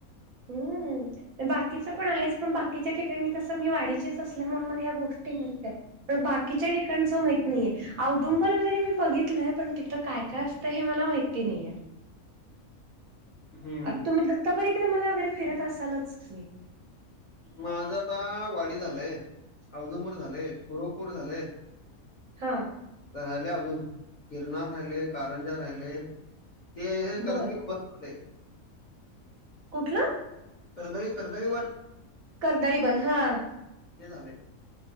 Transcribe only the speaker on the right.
हम्म बाकीच पण आहेच पण बाकीच्या ठिकाणी मी कसं मी वाडीचेच असल्यामुळे मला या गोष्टी माहिती येत पण बाकीच्या ठिकाणच माहित नाहीये औदुंबर वगैरे मी बघितलंय पण तिथं काय काय असतं हे मला माहिती नाहीये
आ तुम्ही दत्ता परीक्रमाला वगैरे फिरत असालचं की
हां
बर
कुठलं?
कर्दळी बन हां